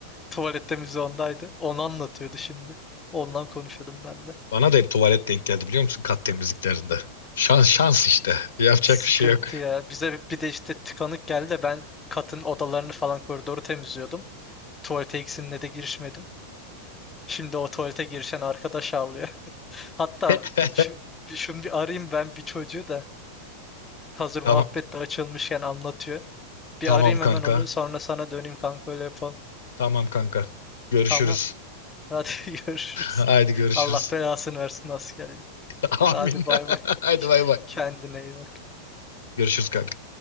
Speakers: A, on the left; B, on the left.
A: Tuvalette müze ondaydı. Onu anlatıyordu şimdi. Ondan konuşuyordum ben de.
B: Bana da hep tuvalet denk geldi biliyor musun kat temizliklerinde. Şans şans işte. Yapacak
A: Sıkıntı
B: bir şey yok.
A: ya. Bize bir bir de işte tıkanık geldi de ben katın odalarını falan koridoru temizliyordum. Tuvalete ikisine de girişmedim. Şimdi o tuvalete girişen arkadaş ağlıyor. <laughs> Hatta
B: <laughs>
A: şu, şunu bir arayayım ben bir çocuğu da hazır
B: Tamam
A: muhabbet de açılmışken anlatıyor. Bir
B: tamam
A: arayayım
B: kanka.
A: hemen onu sonra sana döneyim kanka öyle yapalım.
B: Tamam kanka. Görüşürüz.
A: Tamam. Hadi <laughs> görüşürüz.
B: Haydi görüşürüz.
A: Allah belasını versin askerin.
B: <laughs> Amin.
A: Hadi bay
B: <laughs>
A: bay.
B: Haydi
A: <laughs>
B: bay bay.
A: Kendine iyi bak.
B: Görüşürüz kanka.